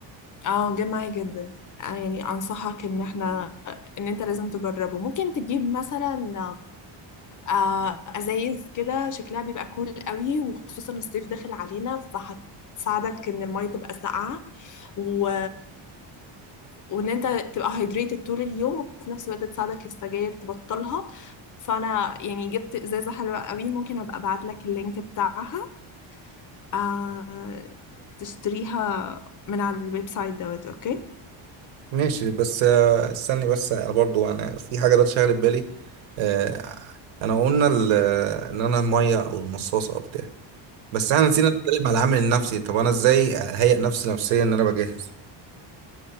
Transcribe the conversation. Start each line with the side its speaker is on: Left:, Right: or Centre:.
Left: اه جه معايا جدا أنا يعني انصحك ان احنا ان انت لازم تجربه ممكن تجيب مثلا آه، ازايز كده شكلها بيبقى كول قوي وخصوصا الصيف داخل علينا فهتساعدك ان المية تبقى ساقعة و... وان انت تبقى هايدريتد طول اليوم وفي نفس الوقت تساعدك السجاير تبطلها فانا يعني جبت ازازة حلوة قوي ممكن ابقى ابعت لك اللينك بتاعها آه، تشتريها من على الويب سايت دوت اوكي
Right: ماشي بس آه، استني بس انا برضو انا في حاجه ده شاغله بالي آه، انا قلنا ال- ان انا المايه او المصاصه او بتاع بس احنا نسينا نتكلم على العامل النفسي طب انا ازاي اهيئ نفسي نفسيا ان انا بجهز